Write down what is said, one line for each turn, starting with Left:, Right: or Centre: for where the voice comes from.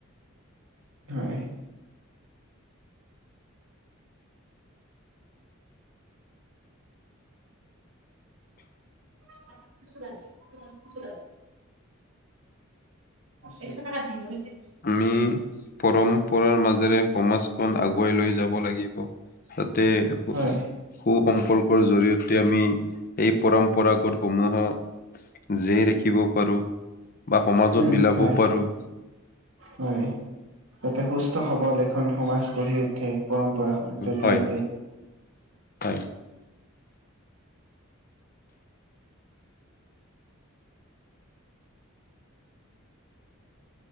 Right: হয়। <unintelligible> <unintelligible>
Left: আমি পৰম্পৰাৰ মাজেৰে সমাজখন আগুৱাই লৈ যাব লাগিব। তাতে উ
Right: হয়
Left: সু-সম্পৰ্কৰ জৰিয়তে আমি এই পৰম্পৰাগত সমূহ জীয়াই ৰাখিব পাৰো বা সমাজত
Right: উম
Left: বিলাবও
Right: হয়
Left: পাৰো।
Right: হয় যাতে সুস্থ, সৱল এখন সমাজ গঢ়ি উঠে। পৰম্পৰা। জৰিয়তে।
Left: হয়, হয়।